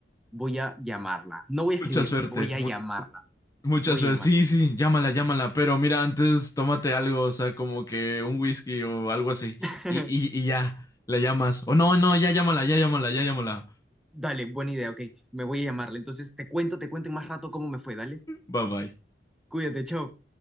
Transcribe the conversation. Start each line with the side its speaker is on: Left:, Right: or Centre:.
Centre: Voy a llamarla. No voy a escribirle,
Left: Mucha suerte.
Centre: voy a llamarla.
Left: Mucha
Centre: Voy
Left: suerte.
Centre: a llamarla.
Left: Sí, sí, llámala, llámala. Pero mira, antes tómate algo, o sea, como que un whisky o algo así.
Centre: <laughs>
Left: Y, y, y ya, la llamas. O no, no, ya llámala, ya llámala, ya llámala.
Centre: Dale, buena idea, ok. Me voy a llamarla. Entonces te cuento, te cuento en más rato cómo me fue, dale.
Left: Bye bye.
Centre: Cuídate, chao.